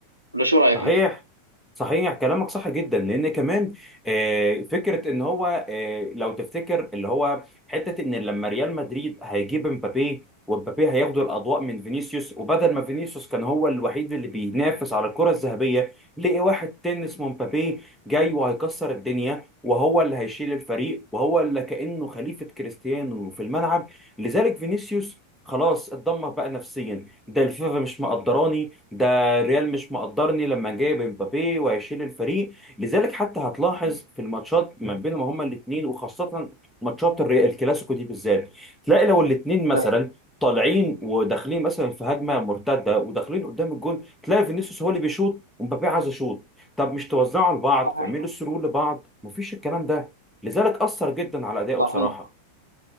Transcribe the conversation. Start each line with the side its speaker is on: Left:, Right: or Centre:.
Right: ولا شو رايك
Centre: صحيح
Right: انت؟
Centre: صحيح كلامك صح جدا لان كمان آه، فكره ان هو آه، لو تفتكر اللي هو حته ان لما ريال مدريد هيجيب امبابي وامبابي هياخدوا الاضواء من فينيسيوس وبدل ما فينيسيوس كان هو الوحيد اللي بينافس على الكره الذهبيه لقي واحد تاني اسمه امبابي جاي وهيكسر الدنيا وهو اللي هيشيل الفريق وهو اللي كانه خليفه كريستيانو في الملعب لذلك فينيسيوس خلاص اتدمر بقى نفسيا ده الفيفا مش مقدراني ده الريال مش مقدرني لما جايب امبابي وهيشيل الفريق لذلك حتى هتلاحظ في الماتشات ما بينهم هما الاثنين وخاصة ماتشات الري- الكلاسيكو دي بالذات تلاقي لو الاثنين مثلا
Right: صحيح
Centre: طالعين وداخلين مثلا في هجمه مرتده وداخلين قدام الجون تلاقي فينيسيوس هو اللي بيشوط ومبابي عايز يشوط طب مش توزعوا لبعض
Right: صحيح
Centre: تعملوا سرور لبعض مفيش الكلام ده لذلك اثر جدا على ادائه بصراحه
Right: صحيح.